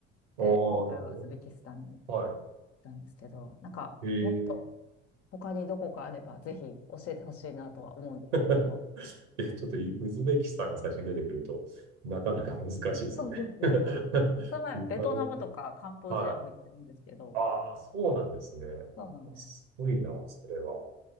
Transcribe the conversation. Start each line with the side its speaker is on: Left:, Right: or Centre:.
Right: ああ、
Left: で、
Right: なるほ
Left: 今回はウズベキスタンに行っ
Right: ど。はい。
Left: たんですけど、なんか、
Right: ええ。
Left: もっと、他にどこかあればぜひ教えてほしいなとは思うんですけれども。
Right: <laughs> いや、ちょっとウウズベキスタンが最初に出てくると、なかなか難しいですね。
Left: そうですよね。
Right: <laughs>
Left: その前、
Right: リファレン、
Left: ベトナムとかカンボジアも行ってるんですけど、
Right: はい。ああ、そうなんですね。
Left: そうなんです。
Right: あすごいな、それは。